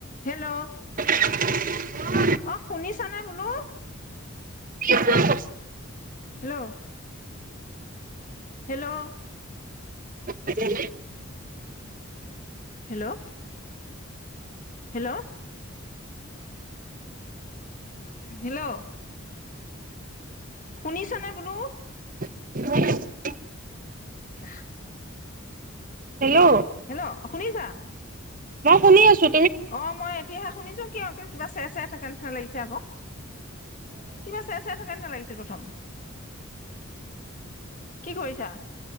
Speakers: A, on the left; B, on the right.
A: Hello
B: <unintelligible>
A: অ শুনিছানে, বোলোঁ।
B: কি <unintelligible> <inaudible>
A: hello hello
B: <unintelligible>
A: hello hello hello শুনিছা নে বোলোঁ?
B: <unintelligible>
A: যাহ
B: হেল্ল'
A: হেল্ল' অ শুনিছা?
B: মই শুনি আছোঁ।
A: অ, মই এতিয়াহে শুনিছোঁ। কিয়, কিবা চেৰচেৰাই থাকে। কিবা নিচিনা লাগিছে আকৌ। কিবা চেৰচেৰাই থাকা নচিনা লাগিছিল প্ৰথম। কি কৰিছা?